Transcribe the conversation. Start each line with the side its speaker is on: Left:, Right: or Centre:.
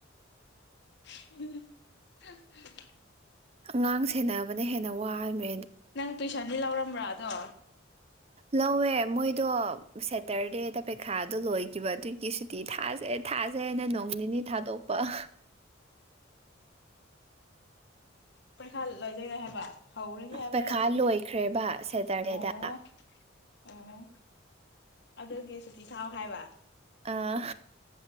Left: ꯎ <unintelligible>
Right: ꯑꯉꯥꯡ ꯁꯦꯟꯅꯅꯕꯅ ꯍꯦꯟꯅ ꯋꯥꯕ
Left: ꯅꯪ ꯇꯨꯁꯅꯤ ꯂꯥꯎꯔꯝ꯭ꯔꯥ ꯗ
Right: ꯂꯧꯋꯦ ꯃꯣꯏ ꯑꯗꯣ ꯁꯦꯇꯔꯗꯦꯗ ꯄꯩꯈꯥꯗꯣ ꯂꯣꯏꯈꯤꯕ ꯑꯗꯨꯒꯤ ꯁꯨꯇꯤ ꯊꯥꯖꯦ ꯊꯥꯥꯁꯦꯅ ꯅꯣꯡ ꯅꯤꯅꯤ ꯊꯥꯗꯣꯛꯄ <unintelligible>
Left: ꯄꯔꯤꯈꯥ ꯂꯣꯏꯖꯔꯦ ꯍꯥꯏꯕ ꯍꯧꯔꯅꯤ ꯍꯥꯏꯕ꯭ꯔꯥ
Right: ꯄꯩꯈꯥ ꯂꯣꯏꯈ꯭ꯔꯦꯕ ꯁꯦꯇꯔꯗꯦꯗ
Left: ꯑꯣ ꯑꯣ ꯑꯗꯨꯒꯤ ꯁꯨꯇꯤ ꯊꯥꯎ ꯍꯥꯏꯕ
Right: ꯑꯥ